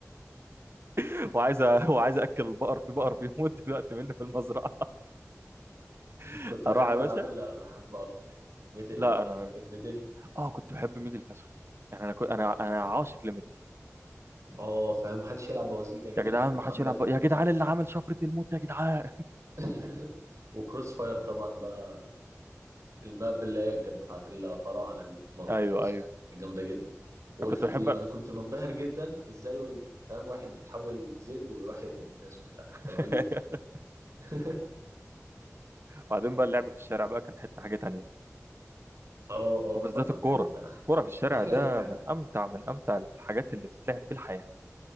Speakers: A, on the right; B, on the right.
A: <laughs> وعايز أ- وعايز اكل البقر في بقر بيموت دلوقتي مني في المزرعه <laughs>
B: كنت بحب
A: اروح يا
B: العاب
A: باشا
B: ال- الحرب اكتر ميدل
A: لا
B: بقى
A: انا
B: فاكر ميدل
A: اه كنت بحب ميدل فشخ يعني انا كنت انا انا عاشق لميدل
B: اه فاهم محدش يلعب بوازيك يا جدعان
A: يا جدعان ما حدش
B: وعندك
A: يلعب بق-
B: ال...
A: يا جدعان اللي عامل شفرة الموت يا جدعان
B: <laughs> وكروس فاير طبعا بقى الماب اللي هي كانت بتاعت الفراعنة دي في
A: ايوه
B: مصر
A: ايوه
B: جامدة جدا وولف
A: انا كنت بحب
B: تيم انا كنت منبهر جدا ازاي وي- فاهم واحد بيتحول ذئب ويروح يقتل الناس وبتاع
A: <laughs>
B: كانت رهيب <laughs>
A: وبعدين بقى اللعب في الشارع بقى كان حتة حاجة تانية
B: اه اه
A: وبالذات
B: طبعا
A: الكورة
B: يا عم ده أح-
A: الكورة في الشارع
B: احلى
A: ده
B: ايام حياتي
A: من امتع من امتع الحاجات اللي تتلعب في الحياة